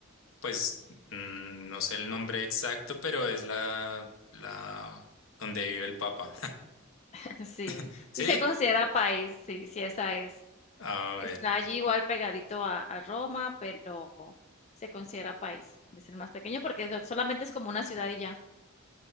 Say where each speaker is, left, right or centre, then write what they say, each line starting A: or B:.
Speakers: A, on the left (about 65°); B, on the left (about 30°).
A: pues mm, no sé el nombre exacto, pero es la, la donde vive el Papa.
B: <laughs> Sí,
A: <laughs> ¿Sí?
B: sí se considera país, sí, sí, esa es.
A: A
B: Está
A: ver.
B: allí igual pegadito a, a Roma, pero se considera país. Es el más pequeño porque so- solamente es como una ciudad y ya.